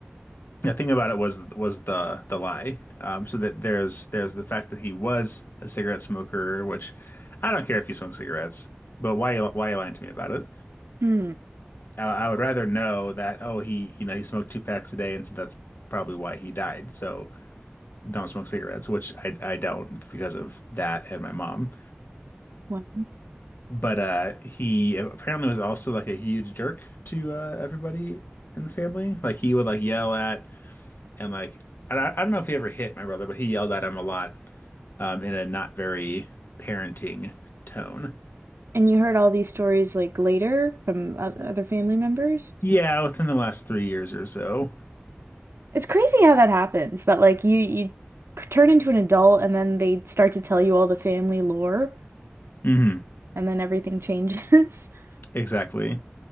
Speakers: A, on the left; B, on the right.
A: the thing about it was was the the lie. Um, so that there's there's the fact that he was a cigarette smoker, which I don't care if you smoke cigarettes, but why why are you lying to me about it?
B: Hmm.
A: I, I would rather know that oh he you know he smoked two packs a day, and so that's probably why he died. So don't smoke cigarettes, which I I don't because of that and my mom.
B: Wow.
A: But uh, he apparently was also like a huge jerk to uh, everybody in the family. Like he would like yell at and like and I, I don't know if he ever hit my brother, but he yelled at him a lot um, in a not very parenting tone.
B: And you heard all these stories like later from oth- other family members?
A: Yeah, within the last three years or so.
B: It's crazy how that happens, that like you you c- turn into an adult and then they start to tell you all the family lore
A: hmm
B: and then everything changes. <laughs>
A: Exactly.